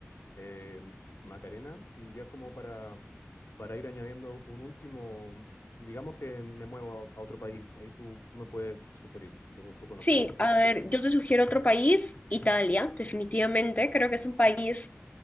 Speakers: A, on the left; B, on the left.
A: Eh, Macarena, y ya como para, para ir añadiendo un último, digamos que me muevo a, a otro país, ahí tú, tú me puedes sugerir, según tu conocimiento.
B: Sí, a ver, yo te sugiero otro país, Italia, definitivamente. Creo que es un país,